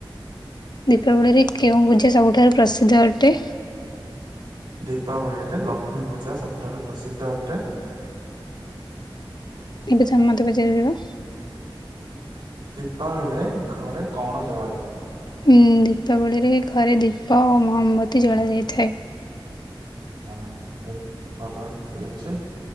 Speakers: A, on the left (about 55°); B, on the right (about 65°).
A: ଦୀପାବଳିରେ କେଉଁ ପୂଜା ସବୁଠାରୁ ପ୍ରସିଦ୍ଧ ଅଟେ?
B: ଦୀପାବଳିରେ ଲକ୍ଷ୍ମୀ ପୂଜା ସବୁଠାରୁ ପ୍ରସିଦ୍ଧ ଅଟେ।
A: ଏବେ ତମେ ମତେ ପଚାରିପାରିବ।
B: ଦୀପାବଳି ରେ ଘରେ କଣ ଜଳାଯାଏ?
A: ହୁଁ ଦୀପାବଳିରେ ଘରେ ଦୀପ ଓ ମହମବତୀ ଜଳାଯାଇଥାଏ।
B: ହଁ ବୋହୁତ ଭଲ ଠିକ୍ ଅଛି।